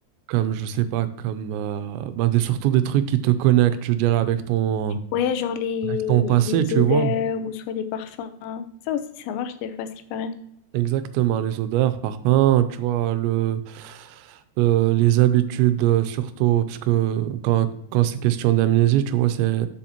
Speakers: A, on the right; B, on the left.
A: Comme, je sais pas, comme, euh, bah, des, surtout des trucs qui te connectent, je dirais, avec ton,
B: Ouais, genre les,
A: avec ton passé,
B: les
A: tu
B: odeurs
A: vois.
B: ou soit les parfums. Ça aussi, ça marche des fois, ce qui paraît.
A: Exactement, les odeurs, parfums, tu vois, le, euh, les habitudes, euh, surtout, parce que quand, quand c'est question d'amnésie, tu vois, c'est